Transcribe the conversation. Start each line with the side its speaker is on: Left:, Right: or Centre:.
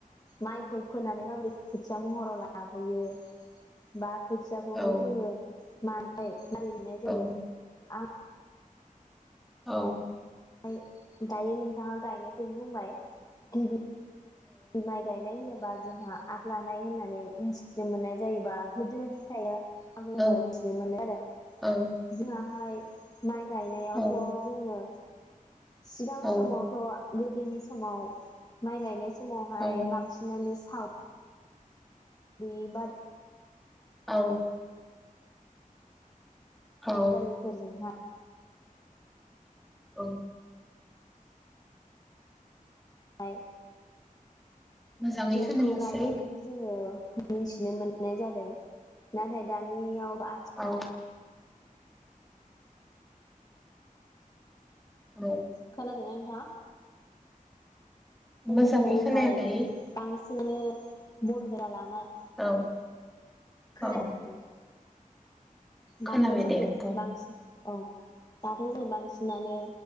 Left: माइ खौ फोनानै माबोरै खोथिया महराव लाबोयो बा खोथियाखौहाय
Centre: औ
Left: जोङो मानिफ्राय मारै मोननाय जायो
Centre: औ
Left: आं
Centre: औ
Left: ओमफ्राय दायो नोंथाङा गायनायखौ बुंबाय गिबि बि माइ गायनाय होनोब बा जोंहा आग लानाय होननानै मिथिनो मोननाय जायोबा गोदोनिफ्रायनो <unintelligible> मिथिनो
Centre: औ
Left: मोनो आरो
Centre: औ
Left: जोंआहाय माइ गायनायावथ'
Centre: औ
Left: जोङो सिगां
Centre: औ
Left: समावथ' गोदोनि समाव माइ गायनाय समावहाय
Centre: औ
Left: बांसिनानो स थाव। बि बार।
Centre: औ। औ
Left: जालिफोरहा
Centre: औ।
Left: हाय।
Centre: मोजाङै
Left: ज'
Centre: खोनायासै
Left: ज' गायलायनायखौ जोङो मिथिनो मोननाय जादों नाथाय दानियाव आथि
Centre: औ। औ
Left: खोनादों ना मा?
Centre: मोजाङै
Left: जोङोहाय
Centre: खोनायाखै
Left: बांसिनानो बरद गा लाना <unintelligible>
Centre: औ।
Left: खोनायाखै।
Centre: औ
Left: <inaudible>
Centre: खोनाबाय
Left: दाथ' जोङो
Centre: दे बुं
Left: बांसि औ दाथ' जों बांसिनानो